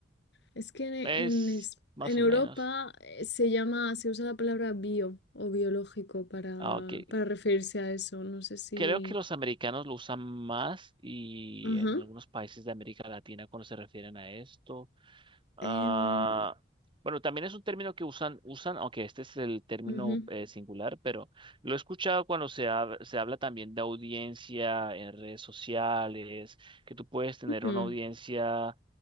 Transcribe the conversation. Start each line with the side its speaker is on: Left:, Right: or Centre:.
Left: Es que en, en
Right: es
Left: es-
Right: más
Left: en Europa
Right: o menos.
Left: eh, se llama, se usa la palabra bio o biológico para,
Right: Ah, ok.
Left: para referirse a eso. No sé si.
Right: Creo que los americanos lo usan más y
Left: Ajá.
Right: en algunos países de América Latina cuando se refieren a esto. Ah,
Left: em,
Right: bueno, también es un término que usan, usan, aunque este es el término
Left: ujú,
Right: eh, singular, pero lo he escuchado cuando se, hab- se habla también de audiencia en redes sociales, que tú puedes tener
Left: mm,
Right: una audiencia